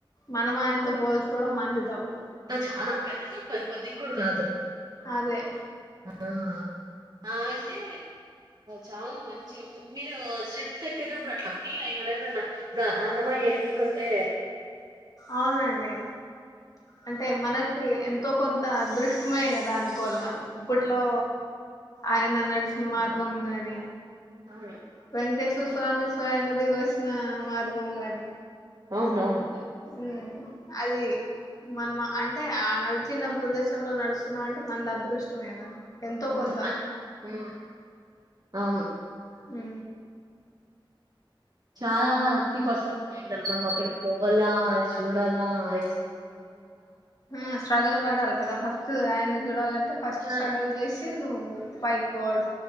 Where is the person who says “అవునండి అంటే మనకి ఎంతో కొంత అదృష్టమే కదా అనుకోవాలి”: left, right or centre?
Left